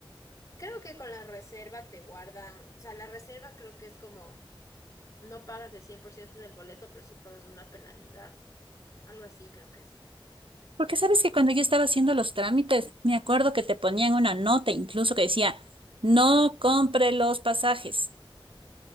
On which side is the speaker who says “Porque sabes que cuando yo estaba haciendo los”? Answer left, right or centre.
Right